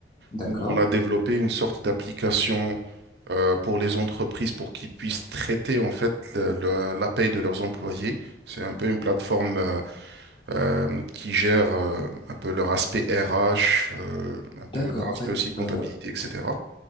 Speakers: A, on the left; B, on the right.
A: D'accord.
B: où on a développé une sorte d'application euh, pour les entreprises pour qu'ils puissent traiter en fait le- le- la paye de leurs employés. C'est un peu une plateforme euh, euh, qui gère euh, un peu leur aspect RH, euh, un peu
A: D'accord.
B: leur
A: En
B: aspect
A: fait,
B: aussi comptabilité,
A: euh,
B: etc.